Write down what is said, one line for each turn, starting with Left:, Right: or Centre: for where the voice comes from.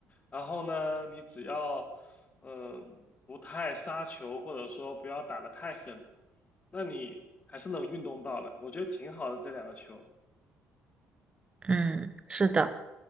Left: 然后呢，你只要嗯不太杀球，或者说不要打得太狠，那你还是能运动到的，我觉得挺好的这两个球。
Right: 嗯，是的。